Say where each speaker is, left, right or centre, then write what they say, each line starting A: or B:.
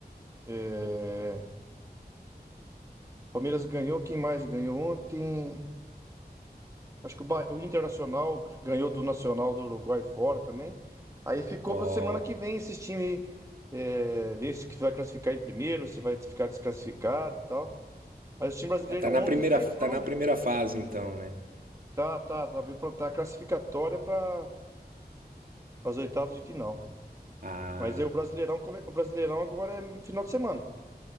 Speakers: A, on the right (about 20°); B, on the right (about 60°).
A: É, Palmeiras ganhou. Quem mais ganhou ontem? Acho que o, Ba- o Internacional ganhou do Nacional do Uruguai fora também. Aí ficou
B: Ó,
A: para semana que vem esses times é, ver se que vai classificar em primeiro, se vai ficar desclassificado e tal. Mas o time brasileiro
B: tá
A: ontem
B: na primeira,
A: foi, foram
B: tá na
A: bem.
B: primeira fase então, né?
A: Tá, tá, tá, veio pra, tá classificatória para as oitavas de final.
B: Ah,
A: Mas aí o Brasileirão, come- o Brasileirão agora é final de semana.